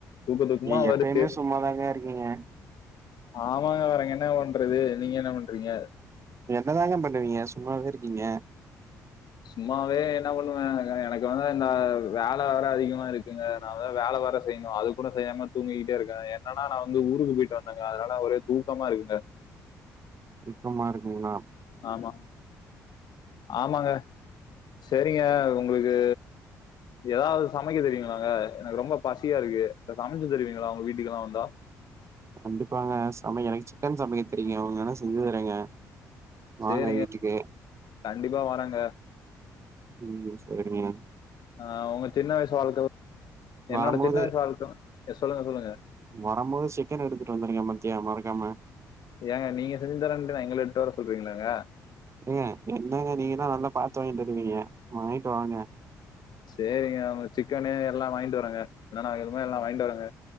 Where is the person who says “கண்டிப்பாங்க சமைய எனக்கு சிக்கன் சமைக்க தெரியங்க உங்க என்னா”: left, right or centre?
Right